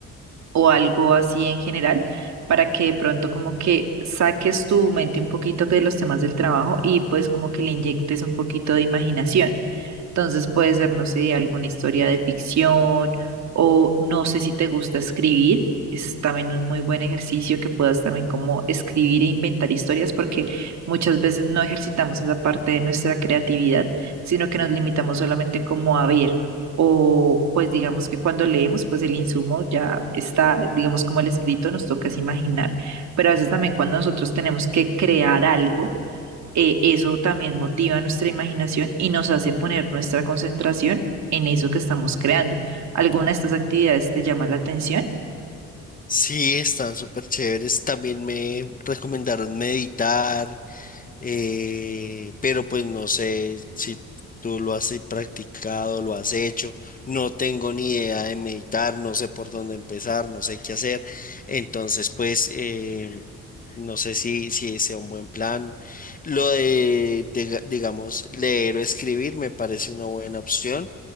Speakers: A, on the right; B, on the left.
A: o algo así en general, para que de pronto como que saques tu mente un poquito de los temas del trabajo y pues como que le inyectes un poquito de imaginación. Entonces puede ser, no sé, alguna historia de ficción o no sé si te gusta escribir. Es también un muy buen ejercicio que puedas también como escribir e inventar historias porque muchas veces no ejercitamos esa parte de nuestra creatividad, sino que nos limitamos solamente como a ver o pues digamos que cuando leemos pues el insumo ya está, digamos como el escrito, nos toca es imaginar, pero a veces también cuando nosotros tenemos que crear algo eh, eso también motiva nuestra imaginación y nos hace poner nuestra concentración en eso que estamos creando. ¿Alguna de estas actividades te llama la atención?
B: Sí, están súper chéveres. También me recomendaron meditar. eh, pero pues no sé si tú lo has practicado, lo has hecho, no tengo ni idea de meditar, no sé por dónde empezar, no sé qué hacer, entonces pues eh, no sé si, si sea un buen plan. Lo de, diga- digamos, leer o escribir me parece una buena opción.